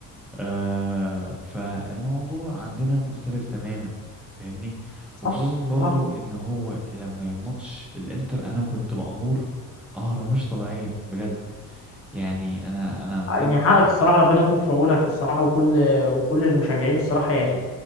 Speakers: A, in the centre; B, on the left.
A: آه فالموضوع عندنا مختلف تماما فاهمني
B: صح
A: وخصوصا برضو
B: صح
A: ان هو لما ماتش الانتر انا كنت مقهور قهرة مش طبيعية بجد يعني انا انا بجد
B: يعني حقك الصراحة ربنا يكون في عونك الصراحة وكل وكل المشجعين الصراحة يعني